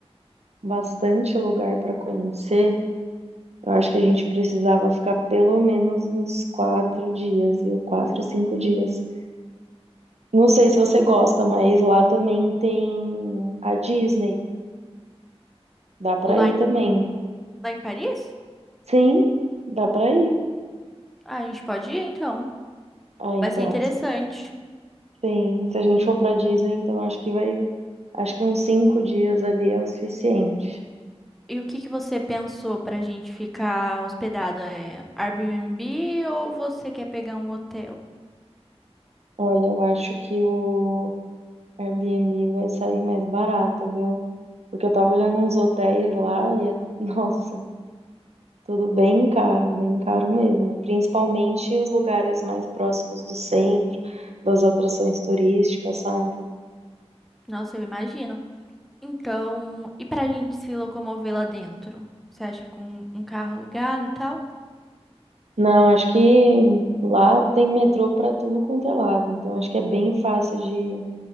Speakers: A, on the right; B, in the centre.
A: bastante lugar para conhecer, eu acho que a gente precisava ficar pelo menos uns quatro dias, viu? Quatro, cinco dias. Não sei se você gosta, mas lá também tem a Disney. Dá para
B: Lá
A: ir
B: em,
A: também.
B: lá em Paris?
A: Sim, dá para ir.
B: Ah, a gente pode ir então.
A: Ah, então,
B: Vai ser interessante.
A: se- sim. Se a gente for pra Disney, então acho que vai. Acho que uns cinco dias ali é o suficiente.
B: E o que que você pensou pra gente ficar hospedado? É Airbnb ou você quer pegar um hotel?
A: Olha, eu acho que o Airbnb vai sair mais barato, viu? Porque eu tava olhando uns hotéis lá e é, <laughs> nossa, tudo bem caro, bem caro mesmo. Principalmente os lugares mais próximos do centro, das atrações turísticas, sabe?
B: Nossa, eu imagino. Então, e pra gente se locomover lá dentro? Você acha com um um carro alugado e tal?
A: Não, acho que lá tem metrô pra tudo quanto é lado, então acho que é bem fácil de